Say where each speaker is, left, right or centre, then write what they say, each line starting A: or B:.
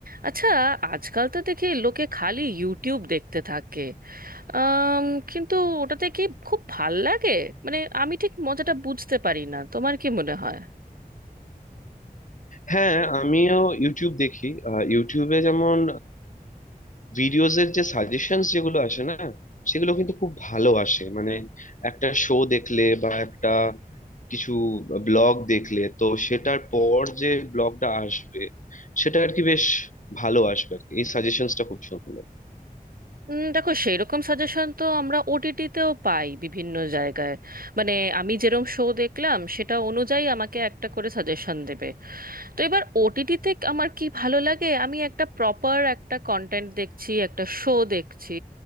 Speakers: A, on the right; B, on the left.
A: আচ্ছা আজকাল তো দেখি লোকে খালি ইউটিউব দেখতে থাকে আম, কিন্তু ওটাতে কি খুব ভাল লাগে মানে আমি ঠিক মজাটা বুঝতে পারি না তোমার কি মনে হয়
B: হ্যাঁ আমিও ইউটিউব দেখি আহ, ইউটিউবে যেমন ভিডিওজের যে সাজেশনস যেগুলো আসে না সেগুলো কিন্তু খুব ভালো আসে মানে একটা শো দেখলে বা একটা কিছু ব্লগ দেখলে তো সেটার পর যে ব্লগটা আসবে সেটা আর কি বেশ ভালো আসবে আর কি এই সাজেশনসটা খুব সুন্দর
A: উম, দেখো সেই রকম সাজেশন তো আমরা ওটিটিতেও পাই বিভিন্ন জায়গায় মানে আমি যেরকম শো দেখলাম সেটা অনুযায়ী আমাকে একটা করে সাজেশন দেবে তো এবার ওটিটিতে আমার কি ভালো লাগে আমি একটা প্রপার একটা কন্টেন্ট দেখছি একটা শো দেখছি